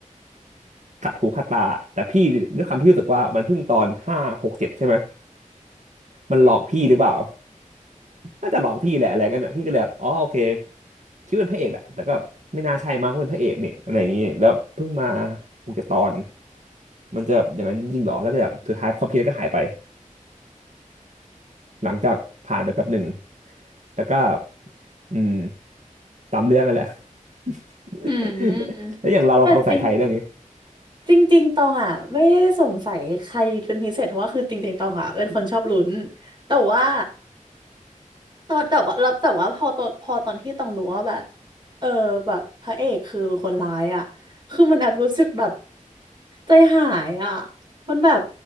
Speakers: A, on the right; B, on the right.
A: ขัดหูขัดตาแต่พี่ด้วยความที่รู้สึกว่ามันเพิ่งตอนห้าหกเจ็ดใช่ไหมมันหลอกพี่หรือเปล่า น่าจะหลอกพี่แหละอะไรกันน่ะพี่ก็เลยแบบอ๋อโอเคคิดว่าเป็นพระเอกแหละแต่ก็ไม่น่าใช่มั้งเป็นพระเอกนี่อะไรอย่างงี้แล้วเพิ่งมาคงจะตอนมันจะอย่างนั้นจริงๆหรอแล้วก็แบบสุดท้ายความคิดนั้นก็หายไปหลังจากผ่านไปแป๊บหนึ่งแล้วก็อืมตามเรื่องกันแหละ <laughs>
B: อืมแต่จริง
A: แล้วอย่างเราเราสงสัยใครเรื่องนี้
B: จริงจริงๆตองอ่ะไม่ได้สงสัยใครเป็นพิเศษเพราะว่าคือจริงๆตองอ่ะเป็นคนชอบลุ้นแต่ว่า ตอนแต่ว่าแล้วแต่ว่าพอตอนพอตอนที่ต้องรู้ว่าแบบเออแบบพระเอกคือคนร้ายอ่ะคือมันแอบรู้สึกแบบใจหายอ่ะมันแบบ